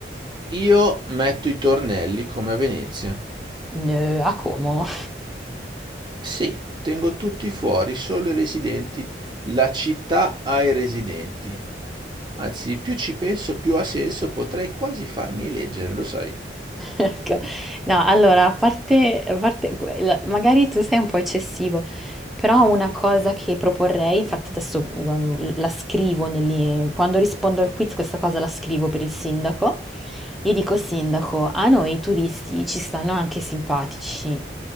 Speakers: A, on the right; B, in the centre.
A: Io metto i tornelli come a Venezia.
B: "No, a como?
A: Sì, tengo tutti fuori, solo i residenti. La città ha i residenti. Anzi, più ci penso, più ha senso, potrei quasi farmi eleggere, lo sai.
B: Ecco. <laughs> No, allora, a parte, a parte la- magari tu sei un po' eccessivo, però una cosa che proporrei, infatti adesso um, la scrivo, negli- quando rispondo al quiz questa cosa la scrivo per il sindaco, gli dico, sindaco, a noi i turisti ci stanno anche simpatici,